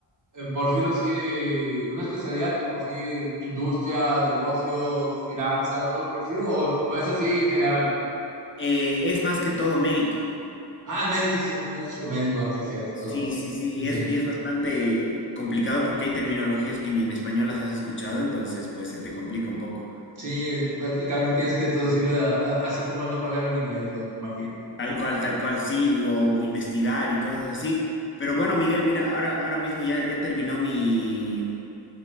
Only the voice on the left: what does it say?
Eh, es más que todo médico.
Sí,
sí, sí, y
es, y es bastante complicado porque hay terminologías que ni en español las has escuchado, entonces pues se te complica un poco.
Tal cual, tal cual, sí, y- o investigar y cosas así. Pero bueno, Miguel, mira, ahora, ahora mismo ya, ya terminó mi,